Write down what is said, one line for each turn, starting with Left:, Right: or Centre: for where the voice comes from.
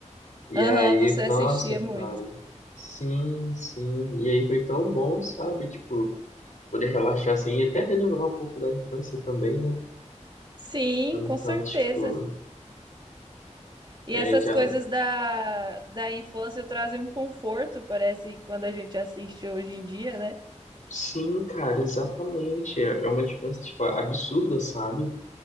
Left: E
Right: Aham,
Left: aí,
Right: você assistia
Left: nossa,
Right: muito.
Left: cara, sim, sim. E aí foi tão bom, sabe? Tipo, poder relaxar assim e até relembrar um pouco da infância também, né?
Right: Sim,
Left: Então,
Right: com certeza.
Left: tipo.
Right: E
Left: É,
Right: essas
Left: já
Right: coisas da, da infância trazem um conforto, parece, quando a gente assiste hoje em dia, né?
Left: Sim, cara, exatamente. É é uma diferença, tipo, absurda, sabe?